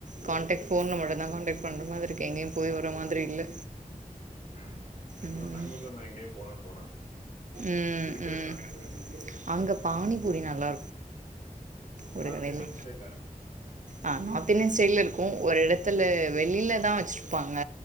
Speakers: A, on the right; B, on the left.
A: காான்டெக்ட் ஃபோன்ல
B: ஓகே
A: மட்டுதா கான்டெக்ட் பண்ற மாதிரி இருக்கு எங்கயு போய் வர மாதிரி இல்ல
B: ம் ஆக்சுவலா
A: ம்
B: பெங்களூர்லந்தா எங்கயு போனான் தோணாது
A: ம்
B: இருக்கிற
A: ம்
B: ட்ராஃபிக்குக்கு
A: அங்க பானிபூரி நல்லா ஒரு
B: நார்த்
A: கடையில
B: இந்தியன் ஸ்டைலில் இருக்கும்
A: ஆ நார்த் இன்டியன் ஸ்டைல்ல இருக்கு ஒரு எடத்துல வெளியிலதா வெச்சிருப்பாங்க